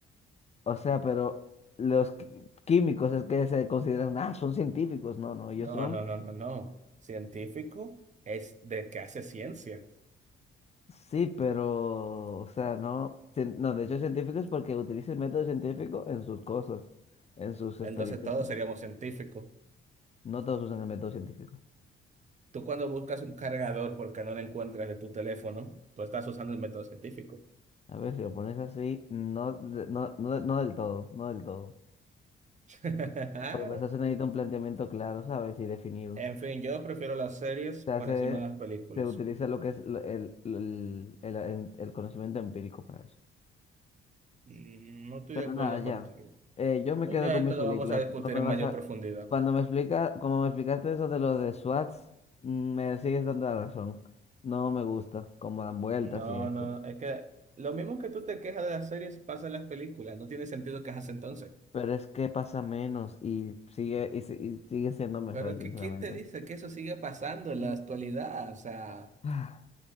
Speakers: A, on the left (about 35°); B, on the right (about 35°).
A: O sea, pero los qui- químicos es que se consideran, ah, son científicos. No, no, ellos
B: No,
A: son,
B: no, no, no, no. Científico es de que hace ciencia.
A: sí, pero, o sea, no, cien- no, de hecho científicos porque utilizan el método científico en sus cosas, en sus experimentos.
B: Entonces todos seríamos científicos.
A: No todos usan el método científico.
B: Tú cuando buscas un cargador porque no lo encuentras de tu teléfono, tú estás usando el método científico.
A: A ver, si lo pones así, no, de- no, no, no del todo, no del todo.
B: <laughs>
A: Porque para eso se necesita un planteamiento claro, ¿sabes? Y definido.
B: En fin, yo prefiero las series
A: Se
B: por
A: hace,
B: encima de las películas.
A: se utiliza lo que es lo- el, el el- el- el conocimiento empírico para eso.
B: Mm, No estoy
A: Pero
B: de acuerdo
A: nada, ya.
B: contigo.
A: Eh, yo me
B: Un
A: quedo
B: día
A: con
B: esto
A: mis
B: lo
A: películas.
B: vamos a discutir
A: No me
B: en
A: vas
B: mayor
A: a...
B: profundidad.
A: Cuando me explica, como me explicaste eso de lo de SWATs, mm, me sigues dando la razón. No me gusta cómo dan vueltas
B: No,
A: y eso.
B: no, es que lo mismo que tú te quejas de las series pasa en las películas. No tiene sentido quejarse entonces.
A: Pero es que pasa menos y sigue, y, si- y sigue siendo mejor,
B: Pero es
A: sinceramente.
B: que ¿quién te dice que eso sigue pasando en
A: Mm.
B: la actualidad? O sea,
A: <sighs>